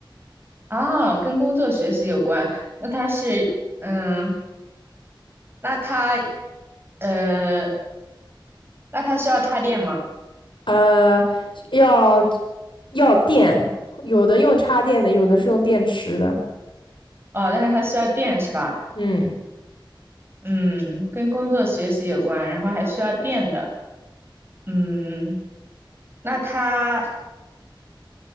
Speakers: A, on the right; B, on the left.
A: 啊，跟工作学习有关。那它是，嗯，那它，呃，那它需要插电吗？
B: 呃，要要电，有的用插电的，有的是用电池的。
A: 哦，但是它需要电是吧？
B: 嗯，
A: 嗯，跟工作学习有关，然后还需要电的。嗯，那它